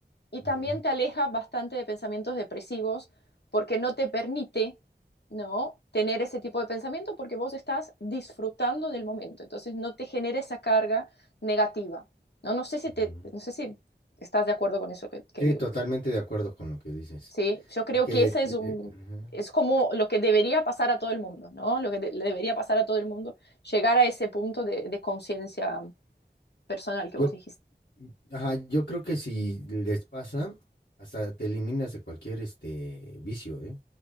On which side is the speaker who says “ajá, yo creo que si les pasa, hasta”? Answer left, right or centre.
Left